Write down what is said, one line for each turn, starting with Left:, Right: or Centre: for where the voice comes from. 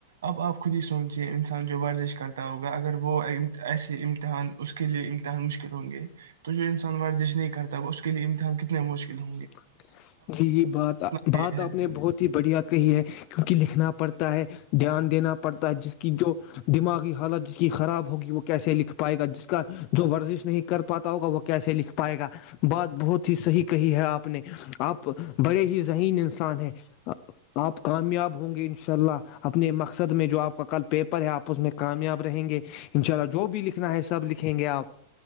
Right: اب آپ خود ہی سوچیے انسان جو ورزش کرتا ہوگا اگر وہ ایسے امتحان اس کے لیے امتحان مشکل ہوں گے تو جو انسان ورزش نہیں کرتا ہوگا اس کے لیے امتحان کتنے مشکل ہ
Left: ٹھیک ہے <inaudible> جی جی بات
Right: کتنا
Left: بات
Right: یہ ہے
Left: آپ نے بہت ہی بڑھیا کہی ہے کیونکہ لکھنا پڑھتا ہے دھیان دینا پڑھتا ہے جس کی جو دماغی حالت جس کی خراب ہوگی وہ کیسے لکھ پائے گا جس کا جو ورزش نہیں کر پاتا ہوگا وہ کیسے لکھ پائے گا بات بہت ہی صحیح کہی ہے آپ آپ نے آپ بڑے ہی ذہین انسان ہے آپ کامیاب ہوں گے انشاء اللہ اپنے مقصد میں جو آپ کا کل پیپر ہے آپ اس میں کامیاب رہیں گے انشاء اللہ جو بھی لکھنا ہے سب لکھیں گے آپ